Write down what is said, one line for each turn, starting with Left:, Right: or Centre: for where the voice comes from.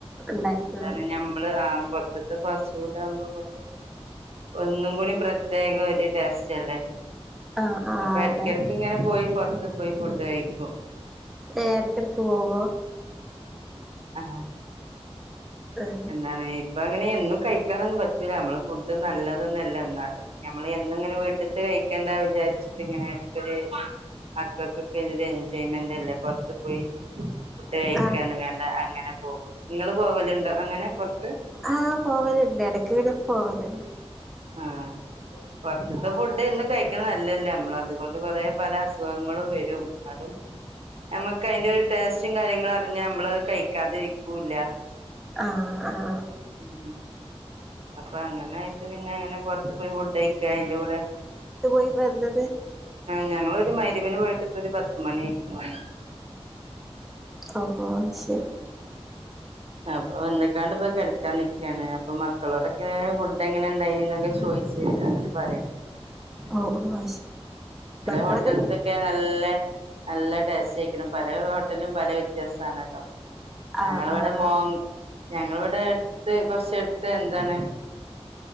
Centre: ഉണ്ടായിരുന്നു
Right: ന്താണ്ഞമ്മള് ആഹ് പൊറ്ത്ത്ത്തെ ഫാസ്റ്റ്ഫുഡ്ഡാവുമ്പോമ്മക്ക് ഒന്നുംകുടിം പ്രത്യേകഒരുടെസ്റ്റ്അല്ലേ?
Centre: ആഹ് ആഹ് ആഹ്
Right: അപ്പൊഎട്ക്കിടക്ക്ങ്ങനെപോയി
Centre: അതെ
Right: പൊറ്ത്ത്പോയി ഫുഡ്ഡ്കഴിക്കും
Centre: ഏഹ് എട്ക്കട്ക്ക്പോവോ?
Right: ആഹ്
Centre: ആഹ്
Right: ന്താണ് ഇപ്പങ്ങനെഎന്നും കഴിക്കാനൊന്നുംപറ്റൂല നമ്മളെഫുഡ് നല്ലതൊന്നല്ല ന്നാലും ഞമ്മള് എന്നുംങ്ങനെ വീട്ട്ത്തെകഴിക്കണ്ട വിചാരിച്ചിട്ട്ങ്ങനെ എട്ക്കൊര് മക്കക്ക് ഒരു എൻജോയ്മെന്റെല്ലേ പൊറ്ത്ത്പോയി ഫുഡ്കഴിക്കന്ന്കണ്ട
Centre: ആഹ്
Right: അങ്ങനെപോകും ഇങ്ങള്പോവ് ലുണ്ടോ അങ്ങനെപൊറ്ത്ത്?
Centre: ആഹ് പോവല്ണ്ട് എടക്ക്ങ്ങ്നെപോവ് ല്ണ്ട്.
Right: ആഹ് പൊറ്ത്ത്ത്തെ ഫുഡ്ഡെഎന്നും കഴ് ഴിക്കാനല്ലല്ലേ നമ്മളെഅത്കൊണ്ട്കൊറേ പല അസുഖങ്ങളുംവരും ന്നാലും നമ്മ്ക്ക് അയിന്റെരു ടേസ്റ്റുംകാര്യങ്ങളും അറിഞ്ഞമ്മള്ഹ് കഴിക്കാതിരിക്കൂല്ല
Centre: ആഹ് ആഹ്
Right: ഉം അപ്പഅങ്ങനായിട്ട്പിന്നെങ്ങെനെപൊറ്ത്ത്പോയി ഫുഡ്ഡഴിക്ക അയിന്റെകൂടെ
Centre: ത്ത്പോയി വന്നത്
Right: ഞങ്ങളൊരുമയ്രിമ്പിന് പോയിട്ട്പ്പൊരു പത്ത്മണിയ്ക്ക്ണ് വന്ന്
Centre: ഓഹ് ഓഹ് ശെരി
Right: അപ്പൊ വന്ന്ക്കാണ്ട്പ്പ കെട്ക്കാൻനിക്കാണ് അപ്പൊ മക്കളോടൊക്കെ ഫുഡ്ഡെങ്ങനെണ്ടായിനിന്നൊക്കെ ചോയി ച് അങ്ങനെ പറയചില
Centre: ഓഹ് ഓഹ് ശരി മക്കളൊക്കെ
Right: ഹോട്ടലിതെ നല്ല നല്ലടേസ്റ്റയ്ക്കണം പലഹോട്ടലും പലവ്യത്യാസാണല്ലോ ഞങ്ങള്
Centre: ആഹ്
Right: വ്ടെമോങ്ങ്
Centre: ആഹ്
Right: ഞങ്ങള് വ്ടെ എട്ത്ത് കൊറ്ച്ചെട്ത്ത്എന്താണ്